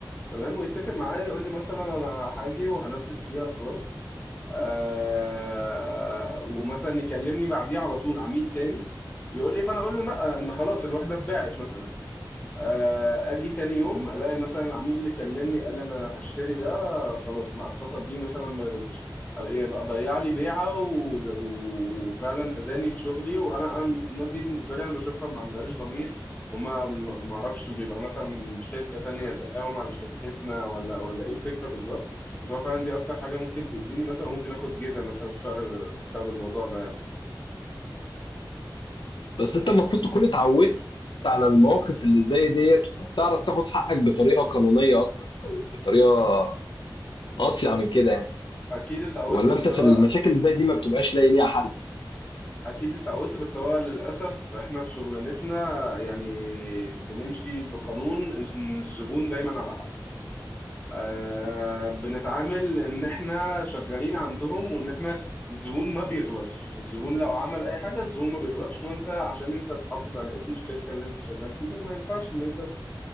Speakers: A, on the left; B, on the left.
A: تمام ويتفق معايا يقول لي مثلا انا هاجي وهنفذ فيها خلاص آه ومثلا يكلمني بعديها على طول عميل تاني يقول لي فانا اقول له لا ان خلاص الوحده اتباعت مثلا آه، اجي تاني يوم الاقي مثلا العميل اللي كلمني قال لي انا هشتري ده خلاص ما اتصل بيه مثلا ما يردش ابقى ايه بقى ضيع لي بيعه ود- وفعلا اذاني في شغلي وانا انا الناس دي بالنسبه لي انا بشوفها ما عندهاش ضمير وما ما ما اعرفش بيبقى مثلا شركه تانية زقاهم على شركتنا ولا ولا ايه الفكره بالظبط بس هو فعلا دي اكتر حاجه ممكن تاذيني مثلا ممكن اخد جزءه مثلا في شهر بسبب الموضوع ده يعني.
B: بس أنت المفروض تكون اتعودت على المواقف اللي زي ديّة، فبتعرف تاخد حقك بطريقة قانونية أكتر أو بطريقة أصيع من كده يعني،
A: اكيد اتعودت
B: والّا
A: بس
B: أنت في
A: هو
B: المشاكل اللي زي دي ما بتبقاش لاقي ليها حل؟
A: اكيد اتعودت بس هو للاسف احنا في شغلانتنا يعني بنمشي بقانون إن الزبون دايما على حق آه بنتعامل ان احنا شغالين عندهم وان احنا الزبون ما بيغلطش الزبون لو عمل اي حاجه الزبون ما بيغلطش وانت عشان انت تحافظ على اسم الشركه اللي انت شغال فيها ما ينفعش ان انت